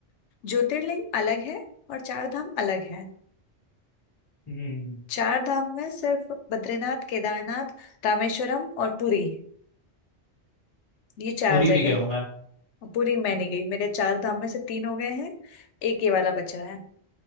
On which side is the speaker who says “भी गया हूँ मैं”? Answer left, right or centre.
Left